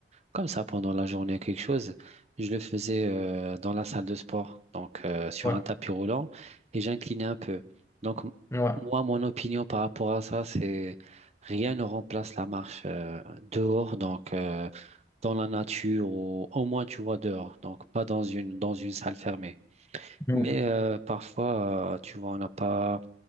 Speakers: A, on the right; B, on the left.
A: comme ça pendant la journée, quelque chose, je le faisais euh, dans la salle de sport, donc euh, sur
B: Ouais,
A: un tapis roulant, et j'inclinais un peu. Donc, m-
B: ouais.
A: moi, mon opinion par rapport à ça, c'est rien ne remplace la marche euh, dehors, donc euh, dans la nature, ou au moins, tu vois, dehors, donc pas dans une, dans une salle fermée.
B: Mm.
A: Mais euh, parfois, euh, tu vois, on n'a pas